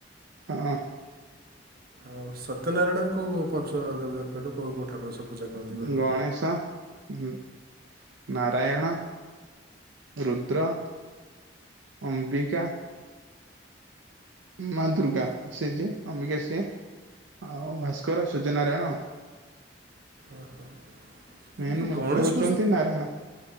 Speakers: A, on the right; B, on the right.
A: ହଁ।
B: ଆଉ ସତ୍ୟନାରାୟଣରେ କୋଉ କୋଉ ପଞ୍ଚ ଦେବତା କଇଲୁ କଉ କଉ ଠାକୁର ସବୁ। ପୂଜା କରନ୍ତି
A: ଉଁ
B: କହିଲୁ
A: ଗଣେଶ ଉଁ ନାରାୟଣ। ରୁଦ୍ର, ଅମ୍ବିକା ମାଆ ଦୁର୍ଗା ସିଏ ଯିଏ ଅମ୍ବିକା ସିଏ ଆଉ ଭାସ୍କର ସୂର୍ଯ୍ୟ ନାରାୟଣ
B: ଓହୋ
A: ମେନ୍
B: ଉଁ
A: ମୁଖ୍ୟ
B: ଗଣେଶ
A: ହଉଛନ୍ତି
B: ପୂଜ୍
A: ନାରାୟଣ